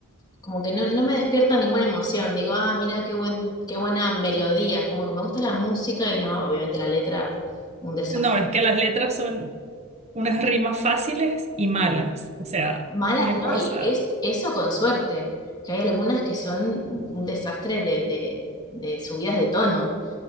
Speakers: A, on the left (about 20°); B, on the right (about 30°).
A: como que no, no me despierta ninguna emoción. Digo, ah, mira qué buen, qué buena melodía. Como que me gusta la música y no, obviamente la letra, un desastre.
B: No, es que las letras son unas rimas fáciles y malas. O sea,
A: Mala,
B: una cosa.
A: no, y es eso con suerte, que hay algunas que son un desastre de, de, de subidas de tono.